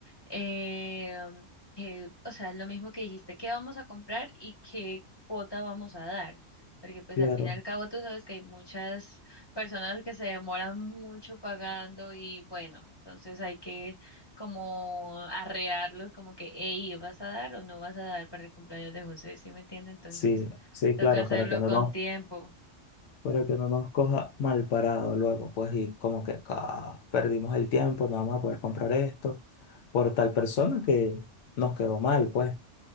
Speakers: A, on the left (about 20°); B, on the left (about 75°).
A: Eh, que, o sea, lo mismo que dijiste, qué vamos a comprar y qué cuota vamos a dar. Porque pues
B: Claro,
A: al fin y al cabo tú sabes que hay muchas personas que se demoran mucho pagando y bueno, entonces hay que como arrearlos como que, hey, ¿vas a dar o no vas a dar para el cumpleaños de José? ¿Sí me entiende? Entonces
B: sí, sí,
A: toca
B: claro,
A: hacerlo
B: para que no
A: con
B: nos
A: tiempo.
B: para que no nos coja mal parado luego, pues y como que "Ah, perdimos el tiempo, no vamos a poder comprar esto por tal persona que nos quedó mal, pues.